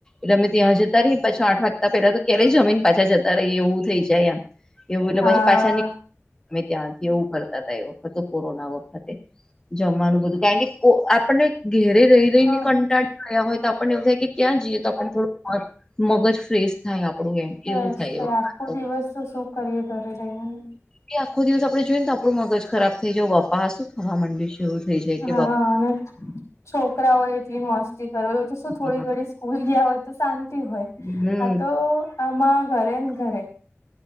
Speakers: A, on the left; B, on the left.
A: એટલે અમે ત્યાં જતા રહીએ પાછા આઠ વાગતા પેલા તો ક્યારેય જમીન પાછા જતા રહીએ એવું થઈ જાય આમ. એવું એટલે
B: હા
A: પછી પાછા અમે ત્યાંથી એવું કરતા ત એ વખતે કોરોના વખતે. જમવાનું બધું કાકે કો આપણને ઘેરે રહી. ર‌ઇને
B: હા
A: કંટાળ થયા હોય તો આપણને એવું થાય કે ક્યાં જઈએ તો આપ થોડું મગજ ફેશ. થાય આપડું એમ.
B: બસ
A: એવું થાય
B: તયા
A: એ વખત
B: આખો દિવસ તો શું કરીએ ઘરે રઈને.
A: એ આખો દિવસ આપડે જોઈએ ને આપણું મગજ ખરાબ થઈ જવો બપ્પા શું થવા માંડ્યું છે એવું. થઈ જાય કે
B: હા અને છોકરાઓ એટલી મસ્તી કરલ. તો શું
A: બાપા
B: થોડી ઘડી સ્કૂલ ગયા હોય તો શાંતિ હોય
A: હમ
B: આ તો. આમા ઘરે ને ઘરે.